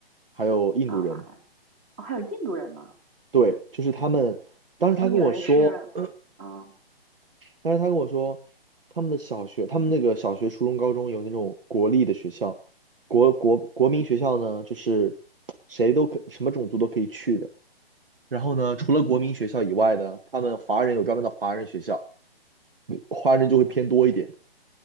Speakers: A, on the right; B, on the right.
A: 还有印度人。
B: 啊、马来哦，还有印度人呢。
A: 对，就是他们。当时他跟我说，
B: 我以为是，
A: <clears throat>
B: 啊，
A: 但是他跟我说，他们的小学，他们那个小学、初中、高中有那种国立的学校，国国国民学校呢，就是谁都可，什么种族都可以去的。然后呢，除了国民学校以外的，他们华人有专门的华人学校，嗯华人就会偏多一点。